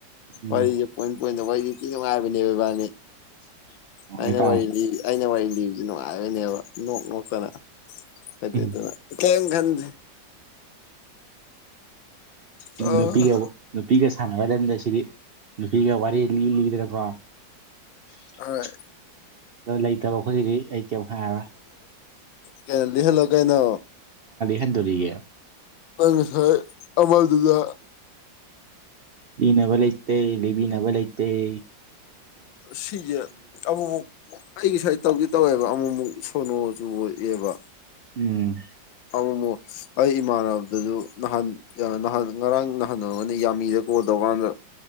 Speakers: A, on the right; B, on the left.
A: ꯎꯝ
B: ꯋꯥꯔꯤ ꯋꯥꯔꯤꯦ ꯄ ꯀꯣꯏ ꯇꯧꯕꯩꯗꯤꯇꯤ ꯅꯨꯡꯉꯥꯏꯕꯅꯦꯕ ꯏꯕꯥꯅꯤ
A: <unintelligible>
B: ꯑꯩꯅ
A: ꯇꯥꯕ
B: ꯋꯥꯔꯤ ꯂꯤ ꯑꯩꯅ ꯋꯥꯔꯤ ꯂꯤꯕꯁꯤ ꯅꯨꯡꯉꯥꯏꯕꯣꯏꯅꯦꯕ ꯅꯣꯛ ꯅꯣꯛꯇꯅ ꯀ ꯑꯗꯨ
A: ꯎꯝ
B: ꯀꯝ ꯈꯟꯗꯦ ꯑꯣ
A: ꯅꯨꯄꯤꯒ ꯅꯨꯄꯤꯒ ꯁꯥꯟꯅꯕꯗꯗ ꯁꯤꯗꯤ ꯅꯨꯄꯤꯒ ꯋꯥꯔꯤ ꯂꯤ ꯂꯤꯗꯅꯀꯣ ꯑꯣ
B: ꯍꯣꯏ
A: ꯂꯩꯇꯕ ꯈꯣꯗꯤꯗꯤ ꯑꯩ ꯀꯩꯝ ꯍꯥꯏ꯭ꯔꯥ
B: ꯀꯗꯤꯍꯦꯜꯂ ꯀꯥꯏꯅ
A: ꯍꯦꯟꯗꯣꯔꯤꯦ
B: ꯃꯥꯉ ꯁꯔ ꯑꯃꯔ ꯑꯗꯨꯗ
A: ꯅꯕꯂꯩꯇꯩ ꯂꯩꯕꯤ ꯅꯕꯂꯩꯇꯩ
B: ꯁꯤꯒꯤ ꯑꯃꯕꯨꯕꯨ ꯑꯩꯒꯤ ꯁ꯭ꯋꯥꯗ ꯇꯧꯗꯤ ꯇꯧꯋꯦꯕ ꯑꯃꯨꯛ ꯑꯃꯨꯛ ꯁꯣꯅꯣꯁꯨ ꯑꯣꯏꯑꯦꯕ
A: ꯎꯝ
B: ꯑꯃ ꯑꯃꯨ ꯑꯩ ꯏꯃꯥꯟꯅꯕꯗꯁꯨ ꯅꯍꯥꯟ ꯅꯍꯥꯟ ꯉꯔꯥꯡ ꯅꯍꯥꯟꯅ ꯌꯥꯝꯃꯤꯗ ꯣ ꯇꯧꯀꯥꯟꯗ